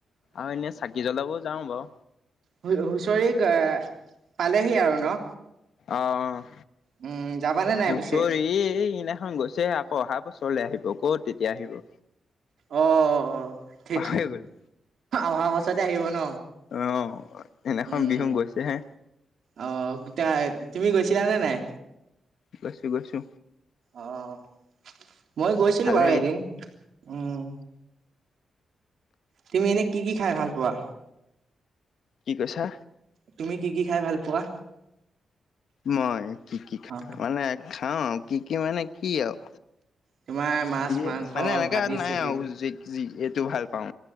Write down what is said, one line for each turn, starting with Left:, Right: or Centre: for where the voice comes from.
Left: আৰু এনে চাকি জ্বলাবও যাও বাৰু।
Right: হু, হুঁচৰি অ', পালেহি আৰু ন।
Left: অ' অ'
Right: উম, যাবানে নাই
Left: হুচৰি
Right: পিছে?
Left: সিদিনাখন গৈছে আকৌ অহা বছৰলৈ আহিব ক'ত তেতিয়া আহিব
Right: অ' অ' অ' থেত
Left: পাহৰি গলো
Right: অহা বছৰতে আহিব ন
Left: অ সেইদিনাখন
Right: উম
Left: বিহু গৈছে হে
Right: অহ গোটাই তুমি গৈছিলানে নাই
Left: গৈছো গৈছো,
Right: অ' মই গৈছিলো
Left: ভাল
Right: বাৰু
Left: লাগে
Right: এদিন উম তুমি এনে কি কি খাই ভাল পোৱা,
Left: কি কৈছা
Right: তুমি কি কি খাই ভাল পোৱা,
Left: মই কি কি খাই
Right: অ',
Left: মানে, অ' কি কি মানে কি আৰু
Right: তোমাৰ মাছ,
Left: যিয়ে
Right: মাংস,
Left: মানে এনেকাে
Right: ভাজি
Left: নাই
Right: চাজি
Left: আৰু জি এইটো ভাল পাওঁ,